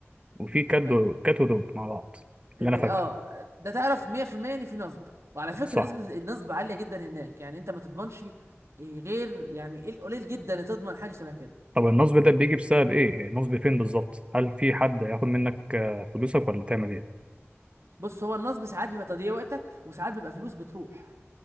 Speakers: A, on the right; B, on the right.
A: وفي
B: يعني
A: كات
B: طب
A: دو كات ودوج مع بعض اللي
B: ام-
A: انا
B: اه
A: فاكره
B: ده تعرف 100% ان في نصب وعلى فكره
A: صح
B: نسبه النصب عاليه جدا هناك يعني انت ما تضمنش إيه غير يعني ايه القليل جدا اللي تضمن حاجه شبه كده
A: طب النصب ده بيجي بسبب ايه النصب فين بالظبط هل في حد هياخد منك آه، فلوسك ولا تعمل ايه
B: بص هو النصب ساعات بيبقى تضييع وقتك وساعات بيبقى فلوس بتروح